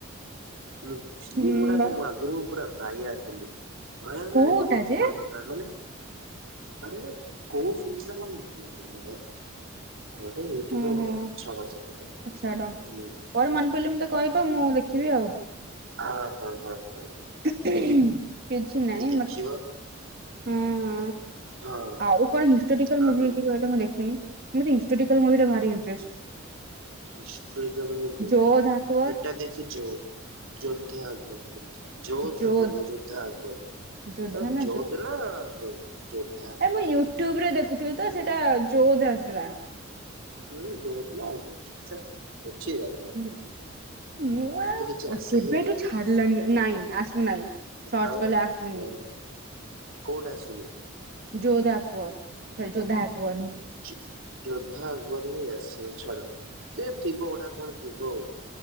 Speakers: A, on the right; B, on the right.
A: ଏ ଫିଲିମ
B: ହୁଁ
A: ଗୁଡ଼ାକ
B: ବା
A: ମୁଁ ଆଗୁରୁ ପୁରା ବାୟା ଥିଲି। କହିବାକୁ
B: କୋଉଟା
A: ଗଲେ ଅଲଗା
B: ଯେ
A: ପ୍ରକାର ମାନେ ଅନେଇଲେ କୋଉ ସୁଇଚଟା <unintelligible> କଣ ଗୋଟେ ହେଇଥିବ
B: ହୁଁ
A: ଆଉ।
B: ହୁଁ
A: ଛାଡ ସେକଥା
B: ଛାଡ
A: <unintelligible>
B: ପରେ ମନ ପଇଲେ ମତେ କହିବ ମୁଁ ଆଉ ଦେଖିବି ଆଉ।
A: ହଁ ହଁ ହଁ ହଁ।
B: <inaudible> କିଛି ନାହିଁ
A: ଦେଖିବା
B: ମ ଉମ
A: ହଁ।
B: ଆଉ କଣ ହିଷ୍ଟୋରିକାଲ
A: ଆଉ
B: ମୁଭି ଅଛି କହିଲ ମୁଁ ଦେଖେ? ମତେ ହିଷ୍ଟୋରିକାଲ ମୁଭିରେ ଭାରି interest.
A: Historical movie,
B: Jodhaa Akbar
A: ଏଟା ଦେଖିଛୁ? ଯୋଦ୍ଧା ଆକବର। ଯୋଦ୍ଧ
B: ଯୋଧ
A: ଆକବର ନୁହଁ ଯୋଦ୍ଧା ଆକବର
B: ଯୋଦ୍ଧା
A: ଆ
B: ନା
A: ଯୋଦ୍ଧ
B: ଯୋଧ
A: ନା ବ ଯୋଦ୍ଧ।
B: ଆରେ ମୁଁ ୟୁଟ୍ୟୁବ ରେ ଦେଖୁଥିଲି ତ ସେଇଟା ଯୋଦ୍ଧ ଆସିଲା।
A: ଉମ ଯୋଦ୍ଧ ନା ଆଉ କିଛି ଚାଲ କିଛି ଜାଣିନି।
B: ହୁଁ ମୁଁ ଆଉ
A: କିଛି ଆସେ
B: କେବେଠୁ
A: ହିଁ ନାହିଁ
B: ଛାଡିଲାଣି ନ ନାଇଁ ଆସ ନାହିଁ ସର୍ଚ୍ଚ
A: ଆଉ
B: କଲେ ଆସୁନି।
A: ହଁ କୋଉଟା ଆସିନି
B: ଯୋଦ୍ଧ ଆକବର ସରି ଯୋଦ୍ଧା ଆକବର।
A: <inaudible> ଯୋଦ୍ଧା ଆକବର ହିଁ ଆସିବ ଛାଡ। ସେ ଥିବ ଗୋଟା କଣ ଥିବ।